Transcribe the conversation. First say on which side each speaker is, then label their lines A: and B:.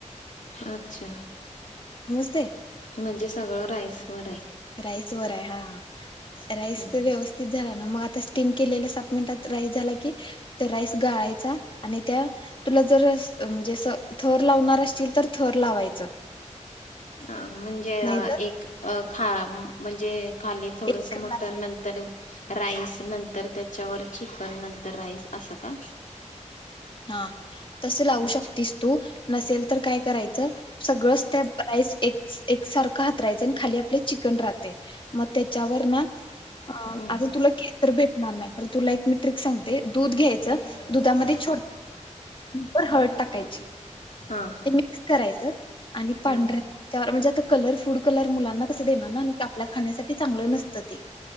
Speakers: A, on the left; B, on the left.
A: अच्छा!
B: नुसते
A: म्हणजे सगळं राईस वर आहे
B: राईसवर आहे हा राईस
A: हम्म
B: व्यवस्थित झाला ना, मग आता स्टीम केलेला सात मिनिटात राईस झाला की त्या राईस गळायचा आणि त्या तुला जर म्हणजे थर लावणार असतील तर थर लावायचं
A: अ म्हणजे
B: नाही तर
A: एक खा म्हणजे खाली थोडस
B: एक
A: मटण नतंर राईस नंतर त्या त्याच्यावर चिकन नंतर राईस असं का
B: हा तस लावू
A: अच्छा
B: शकतीस तू नसेल तर काय करायचं सगळंच त्या एक एक सारखं हातरायच आणि खाली आपलं चिकन राहतय म त्याच्यावर ना
A: हम्म
B: आता तुला केसर भेटणार नाही तर तुला एक मि ट्रिक सांग ते दूध घ्यायचं दुधामध्ये छोटी चिमुटभर हळद टाकायची
A: हा
B: ते मिक्स करायच आणि पांढऱ्या
A: हा
B: त्यावर म्हणजे आता कलर फूड कलर मुलांना कसं देणार ना, आपल्या खाण्यासाठी चांगलं नसतं ते